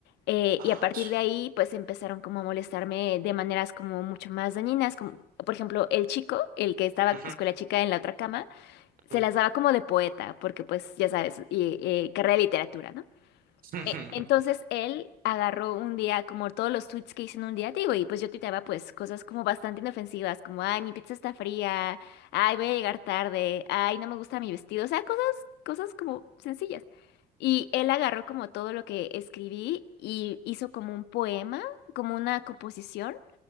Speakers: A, on the left (about 85°); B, on the right (about 60°).
A: Eh,
B: Ah,
A: y a partir
B: su
A: de ahí,
B: me-
A: pues empezaron como a molestarme de maneras como mucho más dañinas, como por ejemplo el chico, el que estaba
B: Ujú,
A: pues con la chica en la otra cama, se
B: ujú.
A: las daba como de poeta, porque pues ya sabes, y, eh, carrera de literatura, ¿no?
B: <laughs>
A: E- Entonces él agarró un día como todos los tweets que hice en un día, digo, y pues yo tuiteaba pues cosas como bastante inofensivas, como, ay, mi pizza está fría, ay, voy a llegar tarde, ay, no me gusta mi vestido, o sea, cosas, cosas como sencillas. Y él agarró como todo lo que escribí y hizo como un poema, como una composición,